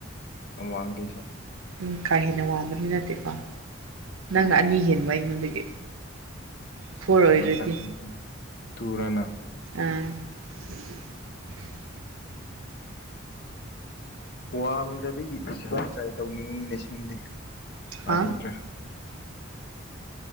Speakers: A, on the left (about 50°); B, on the right (about 85°).
A: ꯑꯃꯥꯡꯗꯦꯁꯨ
B: ꯎꯝ ꯀꯥ ꯍꯦꯟꯅ ꯋꯥꯡꯕꯗꯤ ꯅꯠꯇꯦꯀꯣ ꯅꯪꯅ
A: ꯎꯝ
B: ꯑꯅꯤ ꯍꯦꯟꯕ ꯑꯩꯉꯣꯟꯗꯒꯤ ꯐꯣꯔ ꯑꯣꯏꯔꯗꯤ
A: ꯑ ꯐꯥꯢꯕ ꯇꯨꯔ ꯅꯪ
B: ꯑꯥ <inaudible>
A: ꯋꯥꯡꯗꯕꯒꯤ ꯁꯤꯐꯥꯏ ꯇ꯭ꯔꯥꯏ ꯇꯧꯅꯤꯡꯉꯨꯅꯤꯅꯦ ꯁꯤꯒꯨꯝꯗꯤ ꯃꯅꯤꯇ꯭ꯔ
B: ꯍꯥ